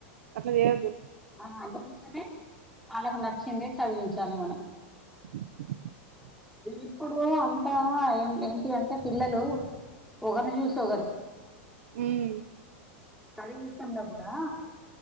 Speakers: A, on the right; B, in the centre.
A: అట్లా చేయొద్దు
B: ఆ అందుకోసమే వాళ్ళకి నచ్చింది చదివించాల మనం
A: <inaudible>
B: ఇప్పుడు అంతా ఏం ఏంటి అంటే పిల్లలు ఒకరిని చూసి ఒకరు
A: ఉమ్
B: స్టడీ విషయంలో కూడా